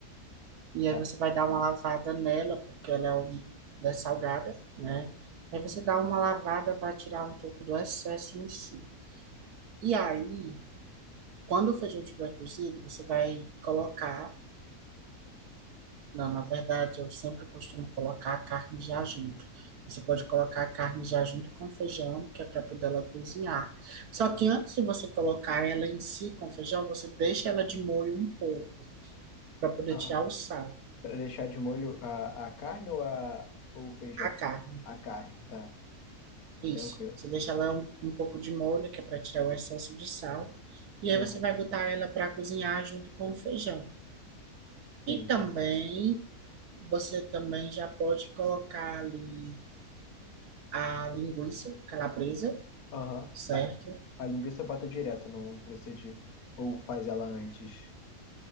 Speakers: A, on the right; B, on the left.
A: E
B: Tá.
A: aí você vai dar uma lavada nela, porque ela é, um, ela é salgada, né? Aí você
B: Hum,
A: dá uma lavada para tirar um pouco do excesso em si. E aí, quando o feijão estiver cozido, você vai colocar. Não, na verdade, eu sempre costumo colocar a carne já junto. Você pode
B: hum.
A: colocar a carne já junto com o feijão, que é para poder ela cozinhar. Só que antes de você colocar ela em si com o feijão, você deixa ela de molho um pouco, para poder
B: Ah,
A: tirar o sal.
B: para deixar de molho a, a carne ou, a, ou o feijão?
A: A carne.
B: A carne, tá.
A: Isso.
B: Tranquilo.
A: Você deixa ela um, um pouco de molho, que é para tirar o excesso de sal. E
B: Uhum.
A: aí você vai botar ela para cozinhar junto com o feijão.
B: Sim,
A: E
B: entendi.
A: também, você também já pode colocar ali a linguiça calabresa,
B: Aham.
A: certo?
B: A, a linguiça bota direto, não não precisa de. Ou faz ela antes.